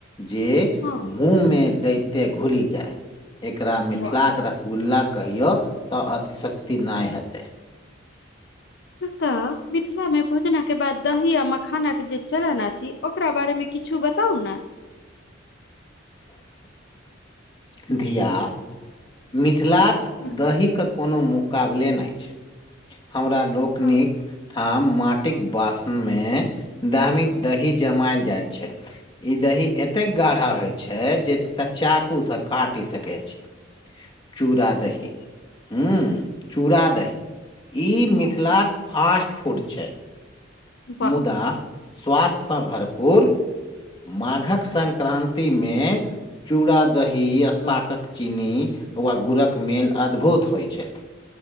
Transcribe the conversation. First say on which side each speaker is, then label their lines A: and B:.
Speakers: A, on the left; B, on the left.
A: जे
B: हँ
A: मुँहमे दैइते घुली जाय एकरा मिथिला
B: वाह
A: कऽ रसगुल्ला कहियो तऽ अतिशक्ति नय हेतै
B: कक्का मिथिला मे भोजनऽ केँ बाद दही आ मखाना केँ जे चलन अछि ओकरा बारे मे किछु बताउ नऽ
A: धिया मिथिलाक
B: हँ
A: दही कऽ कोनो मुकाबले नय छै हमरा लोकनिक
B: हँ
A: ठाम माटिक बासन मे दामी दही जमायल जाइत छै ई दही एतेक गाढ़ा होय छै जे च चाकू सँ काटि सकैत छी। चूड़ा दही हूँ चूड़ा दही ई मिथिलाक
B: हँ
A: फास्ट फूड छै
B: वाह!
A: मुदा स्वास्थसँ भर पूर माघक संक्रान्तिमे चूड़ा दही आ शाकक
B: हाँ,
A: चीनी वा गुड़क मेल अद्भुत होइ छै